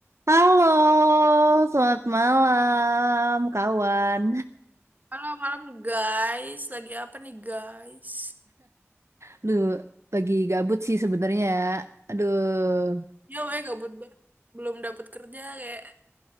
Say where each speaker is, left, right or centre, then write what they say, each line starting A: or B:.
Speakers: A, on the right (about 70°); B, on the right (about 35°).
A: Halo, selamat malam, kawan.
B: Halo malam guys, lagi apa nih guys?
A: Aduh, lagi gabut sih sebenarnya. Aduh,
B: Ya weh gabut banget, belum dapat kerja kayak